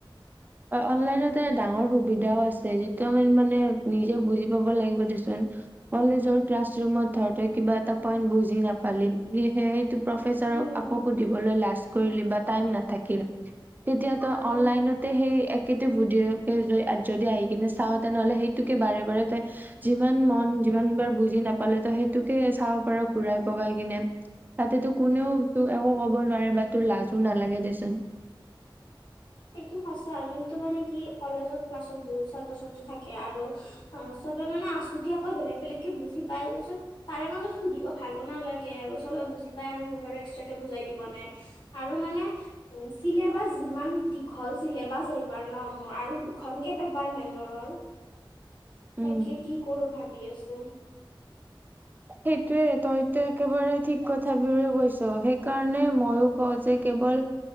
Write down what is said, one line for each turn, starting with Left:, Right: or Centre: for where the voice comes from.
Right: অনলাইনতে ডাঙৰ সুবিধাও আছে, যিটো আমি মানে নিজে বুজি পাব লাগিব দেচোন। কলেজৰ ক্লাছ ৰুমত ধৰ তই কিবা এটা পইন্ট বুজি নাপালি, প্লি সেই প্ৰফেচাৰক
Left: উম
Right: আকৌ
Left: উম
Right: সুধিবলৈ লাজ কৰিলি বা টাইম নাথাকিল। তেতিয়া তই
Left: উম
Right: অনলাইনত সেই একেতো ভুদৰিকে যদি আহি কিনে চাৱ তেনেহ'লে সেইটোকে বাৰে বাৰে তই যিমান মন যিমান বাৰ বুজি নাপালেতো সেইটোকে চাব পাৰ ঘূৰাই পকাই কিনে। তাতেতো কোনেও তোক একো ক'ব নোৱাৰে বা তোৰ লাজো নালাগে দেচোন।
Left: সেইটো সঁচা কিন্তু মানে কি কলেজত ক্লাছত বহুত ছাত্ৰ ছাত্ৰী থাকে আৰু অ', চবে মানে আছুতীয়াকৈ বেলেগ বেলেগকে বুজি পায় তাৰপিছত তাৰে মাজত সুধিব ভালো নালাগে আৰু চবে বুজি পায় আৰু মোক আৰু এক্সট্ৰাকে বুজাই দিবনে। আৰু মানে উম চিলেবাছ যিমান দীঘল চিলেবাছ এইবাৰ ন মোৰ আৰু দুখনকে পেপাৰ মেজৰৰ। তাকে
Right: উম
Left: কি কৰো ভাবি আছো।
Right: সেইটোয়ে তইতো একেবাৰে ঠিক কথাবোৰে কৈছো সেইকাৰণে ময়ো কওঁ যে কেৱল